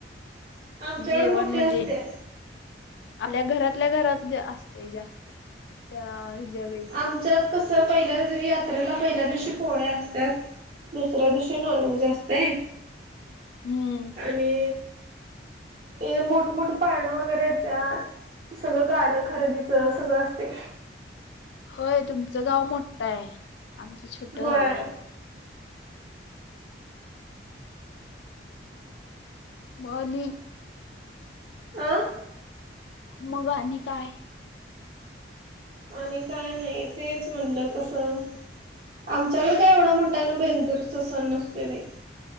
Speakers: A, on the right (about 50°); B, on the left (about 70°).
A: आमच्याकडे
B: जेवण
A: मोठी
B: म्हणजे.
A: असत्या.
B: आल्या घरातल्या-घरात असतंय जास्त, त्या हे ज्या वेळी.
A: आमच्यात कसं पहिल्या, यात्रेला पहिल्या दिवशी पोळ्या असत्यात. दुसऱ्या दिवशी नॉनव्हेज असतंय
B: हम्म
A: आणि हे मोठमोठं पाळणं वगैरे येत्यात, सगळं गाडं खरेदीचं सगळं अस ते
B: होय तुमचं गाव मोठं आहे, आमचं छोट
A: होय.
B: गाव हाय. म आणि
A: अं
B: मग आणि काय
A: आणि काय नाय तेच म्हणलं कसं आमच्याकडं काय एवढा मोठ्यानं बेंदूरचा सण नसतोय बाई.